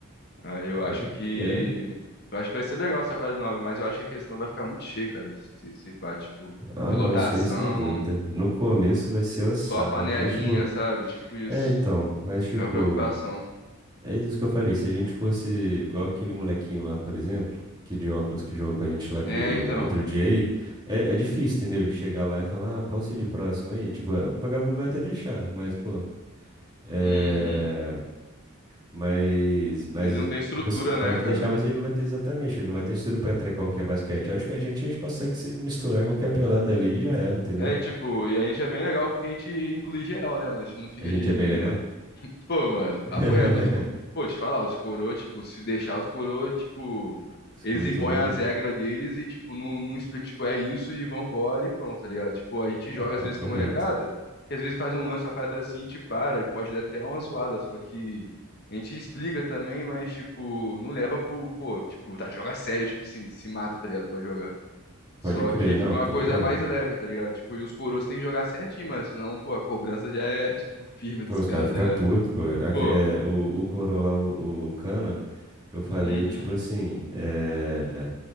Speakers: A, on the left; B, on the right.
A: Aí eu acho
B: Pode
A: que.
B: crer.
A: Eu acho que vai ser legal essa quadra nova, mas eu acho que a questão vai ficar muito cheia, cara. Se, se pá, tipo,
B: Ah,
A: de lotação.
B: não, isso aí sem dúvida. No começo vai ser ossada,
A: Só a panelinha,
B: mas tipo,
A: sabe? Tipo isso.
B: é então, mas tipo.
A: Então é uma preocupação.
B: É isso que eu falei. Se a gente fosse igual aquele molequinho lá, por exemplo, que de óculos que jogou com a gente lá
A: É,
B: que
A: então.
B: o- outro dia aí, é, é difícil, entendeu? Ele chegar lá e falar, ah, posso ir de próximo aí? Tipo, o vagabundo vai até deixar, mas, pô, é.
A: Uhum.
B: Mas, mas,
A: Ele não tem estrutura,
B: tipo assim, pode
A: né,
B: até
A: cara?
B: deixar, mas ele não vai ter exatamente, ele não vai ter estrutura pra entrar em qualquer basquete. Eu acho que a gente, a gente consegue se misturar em qualquer pelada ali e já era, entendeu?
A: É, e, tipo, e a gente é bem legal porque a gente inclui geral, né, mano? A gente não fica
B: A gente
A: de,
B: é bem legal.
A: de Pô, mano,
B: <laughs>
A: papo reto. Os... co- Pô, te falar, os coroa, tipo, se deixar os coroa, tipo,
B: Exclui
A: eles impõem
B: todo mundo.
A: as regras deles e, tipo, não, não explica, tipo, é isso e vambora e pronto, tá ligado? Tipo, a gente joga
B: É Papo
A: às vezes com
B: reto.
A: a molecada, que às vezes faz um lance, uma parada assim, e te para, pode dar até uma zoada, só que a gente explica também, mas, tipo, não leva pro, pô, tipo, tá, joga sério, tipo assim, se mata, tá ligado, pra jogar. Só
B: Pode crer,
A: que
B: não,
A: fica uma
B: tá
A: coisa
B: ligado?
A: mais leve, tá ligado? Tipo, e os coroas tem que jogar certinho, mano, senão, pô, a cobrança já é, tipo, firme dos
B: Pô, os
A: caras,
B: caras ficam
A: tá ligado?
B: putos, pô. Aqui,
A: Pô,
B: é, o, o Corolla, o, o Cana, eu falei,
A: Uhum.
B: tipo assim, é,